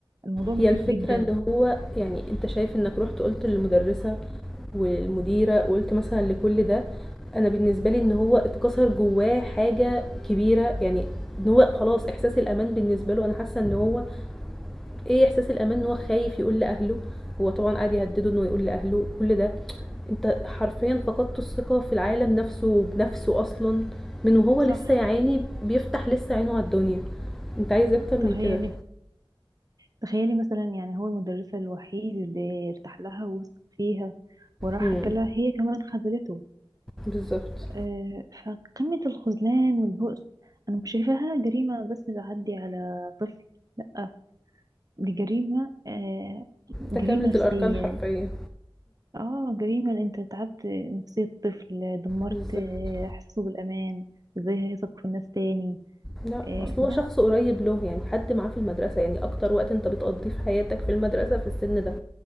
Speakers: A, on the right; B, in the centre.
A: الموضوع مخيف
B: هي الفكرة
A: جدا
B: إن هو يعني أنت شايف إنك رُحت قُلت للمدرسة والمديرة وقُلت مثلًا لكل ده، أنا بالنسبة لي إن هو اتكسر جواه حاجة كبيرة، يعني إن هو خلاص إحساس الأمان بالنسبة له أنا حاسة إن هو إيه إحساس الأمان إن هو خايف يقول لأهله، هو طبعًا قعد يهدده إنه يقول لأهله كل ده، أنت حرفيًا فقدت الثقة في العالم نفسه وبنفسه أصلًا، من وهو لسه
A: صح
B: يا عيني بيفتح لسه عينه على الدنيا، أنت عايز إيه أكتر
A: تخيلي
B: من كده؟
A: تخيلي مثلا يعني هو المدرسة الوحيد اللي ارتاح لها ووثق فيها وراح
B: إمم،
A: لها هي كمان خذلته
B: بالضبط،
A: آه، فقمة الخذلان والبؤس أنا مش شايفاها جريمة بس تعدي على طفل لأ دي جريمة آه، جريمة
B: تكاملة
A: نفسية
B: الأركان حرفيًا،
A: اه جريمة إن انت تعبت نفسية طفل دمرت
B: بالضبط،
A: آه، إحساسه بالأمان ازاي هيثق في الناس تاني
B: لأ
A: آه،
B: أصل
A: لا
B: هو شخص قريب له يعني حد معاه في المدرسة، يعني أكتر وقت أنت بتقضيه في حياتك في المدرسة في السن ده.